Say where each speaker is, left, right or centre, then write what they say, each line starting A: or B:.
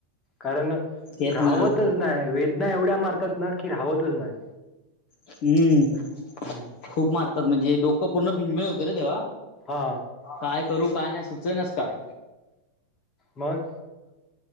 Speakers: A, on the left; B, on the left.
A: कारण
B: तेच
A: राहवतच
B: ना
A: नाही वेदना एवढ्या मारतात ना की राहवतच नाही.
B: हम्म
A: हम्म.
B: खूप मारतात म्हणजे डोकं पूर्ण भिंनबिण होत रे तेव्हा.
A: हा.
B: काय करू का? नाही सुचनाच काय?
A: मग.